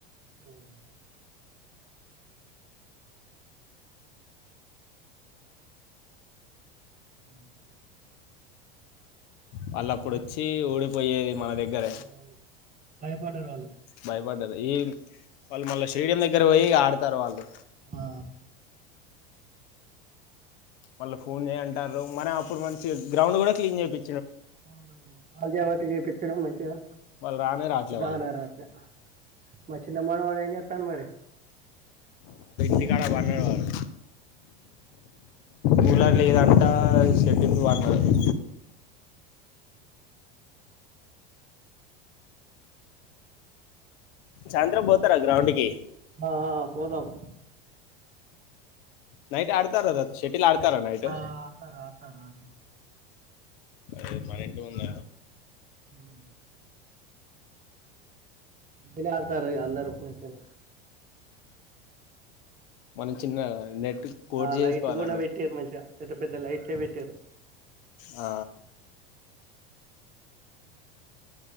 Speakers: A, on the right; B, on the left.
A: మ్మ్ మ్మ్
B: వాళ్ళప్పుడొచ్చి
A: మరి
B: ఓడిపోయేది మా దగ్గర
A: అవునవును భయపడ్డారు వాళ్ళు
B: భయపడ్డది ఈ వాళ్ళు మళ్ళా స్టేడియం దగ్గర పోయి ఆడుతారు వాళ్ళు
A: ఆ
B: మళ్ళ ఫోన్ చేయ్య అంటారు మనం అప్పుడు మంచి గ్రౌండ్ కూడా క్లీన్ చేపి
A: <unintelligible> చేపిత్తారు మంచిగా
B: వాళ్ళు రానే రాట్లే
A: రానా
B: వాళ్ళు
A: రాత్రి మా చిన్న మనవడు ఎంజేత్తడు మరీ
B: టికాడ పన్నాడు వాడు కూలర్ లేదంటా సెటికు వన్నాడు చాంద్ర పోతారా గ్రౌండ్ కి
A: ఆ పోదాం
B: నైట్ ఆడతావ్ కదోచ్చి ఇలా ఆడుతారా నైటు
A: ఆ, ఆడతారు ఆడతారు ఆడతారు
B: అ మన ఇంటి ఉంద
A: ఉమ్. పిల్లలు ఆడతారు ఏముంది <inaudible>
B: మనం చిన్న నెట్ కోట్
A: ఆ
B: చేసుకోవాలి
A: లైట్ కూడా పెట్టారు మంచిగా పెద్ద పెద్ద లైట్లే పెట్టారు
B: ఆ